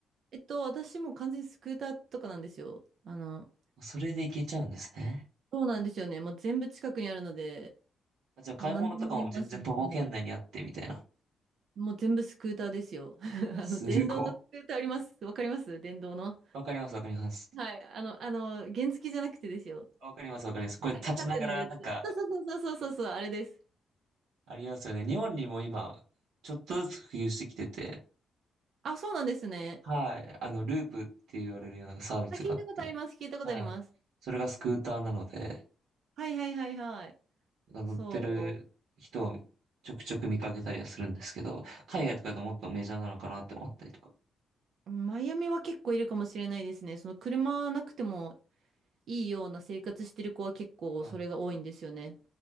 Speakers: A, on the right; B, on the right.
A: えっと、私もう完全にスクーターとかなんですよ。あの、
B: それで行けちゃうんですね。
A: そうなんですよね。もう全部近くにあるので、
B: あ、じゃあ買い物とかも全然徒歩圏内にあってみたいな。
A: もう何でもあります、本当に。もう全部スクーターですよ。<laughs> あの、
B: すごい。
A: 電動のスクーターあります。わかります電動の。
B: わかります、わかります。
A: はい。あの、あの、原付じゃなくてですよ。
B: わかります、わかります。これ立ちながらなんか、
A: はい。立って乗るやつ。そうそうそうそうそうそう、あれです。
B: ありますよね。日本にも今、ちょっとずつ普及してきてて、
A: あ、そうなんですね。
B: はい。あの、ループって言われるようなサービスがあって、
A: あ、聞いたことあります。聞いたことあります。
B: はい。それがスクーターなので、
A: はいはいはいはい。
B: 乗ってる人をちょくちょく見かけたりはするんですけど、
A: そ
B: 海外とかだともっとメジャーなのかなって思ったりとか。
A: う。マイアミは結構いるかもしれないですね。その車なくてもいいような生活してる子は結構それが多いんですよね。
B: はい